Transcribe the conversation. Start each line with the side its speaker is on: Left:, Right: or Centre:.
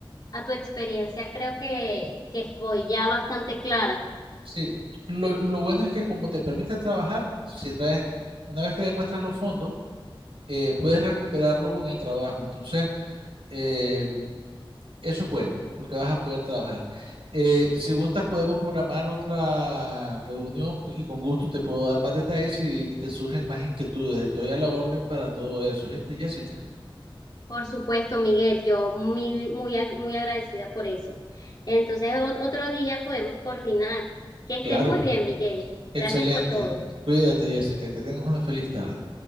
Left: a tu experiencia, creo que, que estoy ya bastante clara.
Right: sí, lo, lo bueno es que como te permite trabajar, si traes, una vez que demuestras los fondos, eh, puedes recuperarlo con el trabajo. Entonces, eh, eso es bueno, porque vas a poder trabajar. Eh, si gustas, podemos programar otra reunión y con gusto te puedo dar más detalles si te surgen más inquietudes. Estoy a la orden para todo eso, ¿viste, Jessica?
Left: Por supuesto, Miguel, yo muy, muy, ag- muy agradecida por eso. Entonces, o- otro día podemos coordinar. Que estés
Right: Claro,
Left: muy bien, Miguel.
Right: excelente.
Left: Gracias por todo.
Right: Cuídate, Jessica, que tengas una feliz tarde.